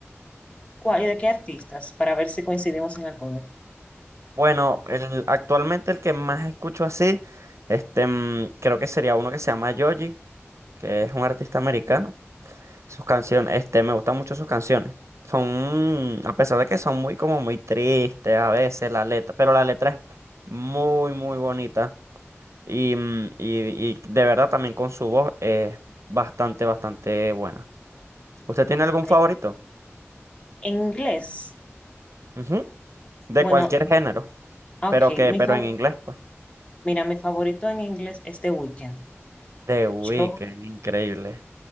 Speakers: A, on the left; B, on the right.
A: ¿Cuál, y de qué artistas? Para ver si coincidimos en alguno.
B: Bueno, el, actualmente el que más escucho así, este, em, creo que sería uno que se llama Yoji que es un artista americano. Sus canciones, este, me gustan mucho sus canciones. Son, a pesar de que son muy como muy tristes a veces la letra, pero la letra es muy, muy bonita. Y, mm, y, y de verdad también con su voz es bastante, bastante buena. ¿Usted tiene algún
A: Ay,
B: favorito?
A: En inglés,
B: Ujú. De
A: bueno,
B: cualquier género,
A: ok,
B: pero que,
A: mi
B: pero
A: fa-
B: en inglés, pues.
A: mira, mi favorito en inglés es The Weeknd.
B: The Weeknd,
A: Yo
B: increíble.